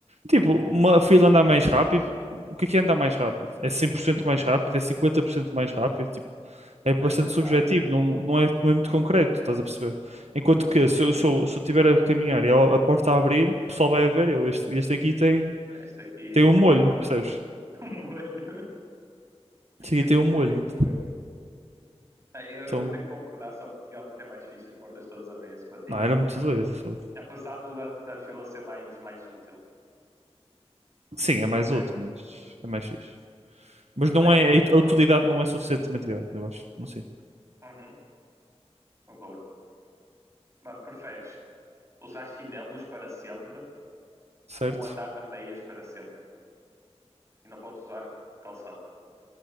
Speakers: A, on the right; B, on the right.
A: Tipo, uma fila andar mais rápido, o que é que é andar mais rápido? É 100% mais rápido? É 50% mais rápido? Tipo, é
B: Não
A: bastante
B: é mais
A: subjetivo,
B: rápido.
A: não, não é, não é muito concreto, estás a perceber? Enquanto que se eu, se eu, se eu tiver a caminhar e a, a porta a abrir, o pessoal vai a ver, eu, este, este aqui tem,
B: Este aqui,
A: tem
B: este
A: um molho,
B: aqui tem aura.
A: percebes?
B: <laughs> Um molho.
A: Este aqui
B: Este
A: tem um
B: aqui
A: molho.
B: tem um molho. Ah, Eu,
A: Então,
B: eu vou ter que concordar só porque realmente é mais fixe as portas todas abrirem-se para ti,
A: não, era muito doido. fogo.
B: Apesar do da, da fila ser mais, mais útil.
A: Sim, é mais
B: Ok.
A: útil, mas é mais fixe. Mas
B: Preferes?
A: não é, a utilidade não é suficientemente grande, eu acho. Não sei.
B: Uhum, concordo. Mas preferes usar chinelos para sempre
A: Certo?
B: ou andar de meias para sempre? E não podes usar calçado.